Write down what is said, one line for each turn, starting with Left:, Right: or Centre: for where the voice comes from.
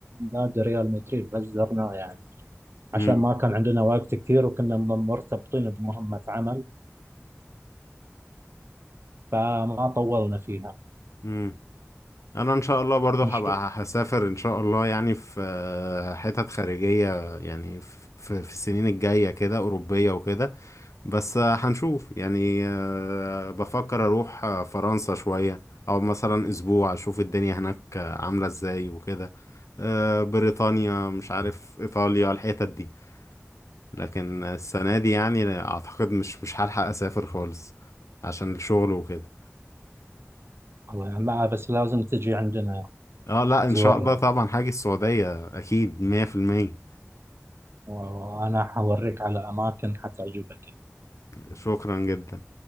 Right: نادي ريال مدريد بس زرناه يعني عشان
Left: امم
Right: ما كان عندنا وقت كثير وكنا مرتبطين بمهمة عمل فما طولنا فيها
Left: امم انا ان شاء الله برضو هبقى
Right: إن شاء-
Left: هسافر ان شاء الله يعني في آه، حتت خارجية يعني في في في السنين الجاية كده أوروبية وكده بس آه، هنشوف يعني آه، بفكر أروح آه، فرنسا شوية أو مثلا أسبوع أشوف الدنيا هناك آه، عاملة إزاي وكده آه، بريطانيا مش عارف إيطاليا الحتت دي لكن السنة دي يعني أعتقد مش مش هلحق أسافر خالص عشان الشغل وكده
Right: الله يعني لا بس لازم تجي عندنا
Left: اه لا إن
Right: تزورنا
Left: شاء الله طبعا هاجي السعودية أكيد مية في المية
Right: و- وأنا حوريك على أماكن حتعجبك
Left: شكرا جدا